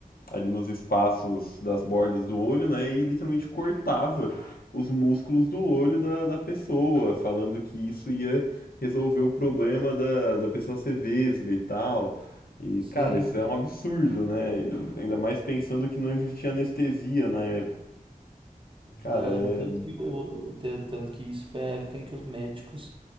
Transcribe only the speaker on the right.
sim.
Ah,
tanto que, o, o- te- tanto que isso foi a época em que os médicos